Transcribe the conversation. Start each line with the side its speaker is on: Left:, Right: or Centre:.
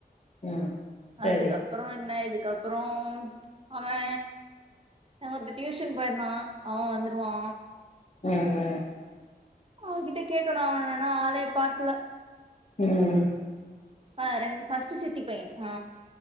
Left: ம்
Right: அதுக்கப்புறோ
Left: சரி
Right: என்ன இதுக்கப்புறோ அவெ இங்க ஒருத்த டியூஷன் போய்ருந்தா அவ வந்துருவா
Left: ம் ம்
Right: அவகிட்ட கேக்குணு அவன நா ஆலே பாக்கல
Left: ம்
Right: ஆ ரெண் ஃபர்ஸ்ட்டு சித்தி பைய ஆ